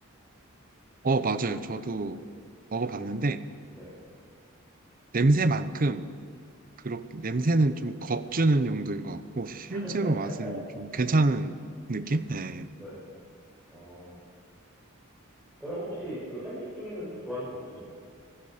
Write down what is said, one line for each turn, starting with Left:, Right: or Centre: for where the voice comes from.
Right: 어, 맞아요. 저도
Centre: 네.
Right: 먹어봤는데
Centre: 네.
Right: 냄새만큼 그렇게 냄새는 좀 겁주는 용도인 것 같고 실제로
Centre: <laughs>
Right: 맛은 좀 괜찮은 느낌? 네.
Centre: 네. 어. 그럼 혹시 그 한식 중에는 또 좋아하는 거 없으신가요?